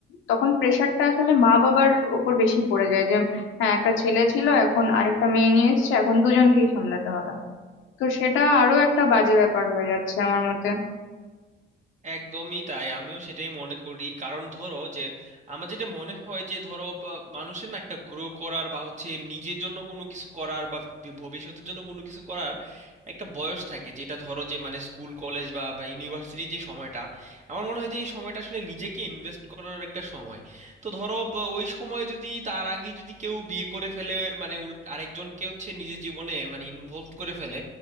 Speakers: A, on the left (about 85°); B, on the right (about 35°).
A: তখন প্রেশারটা আসলে মা বাবার উপর বেশি পড়ে যায় যে হ্যাঁ একটা ছেলে ছিল এখন আরেকটা মেয়ে নিয়ে এসেছে এখন দুজনকেই সামলাতে হবে তো সেটা আরো একটা বাজে ব্যাপার হয়ে যাচ্ছে আমার মতে
B: একদমই তাই আমিও সেটাই মনে করি কারণ ধরো যে আমার যেটা মনে হয় যে ধরো বা মানুষের না একটা গ্রো করার বা হচ্ছে নিজের জন্য কোনো কিছু করার বা ভি- ভবিষ্যতের জন্য কোনো কিছু করার একটা বয়স থাকে যেটা ধরো যে মানে স্কুল কলেজ বা বা ইউনিভার্সিটি যে সময়টা আমার মনে হয় যে এই সময়টা আসলে নিজেকে ইনভেস্ট করার একটা সময় তো ধরো বা ওই সময় যদি তার আগে যদি কেউ বিয়ে করে ফেলে মানে উল আরেকজনকে হচ্ছে নিজের জীবনে মানে ইনভলভ করে ফেলে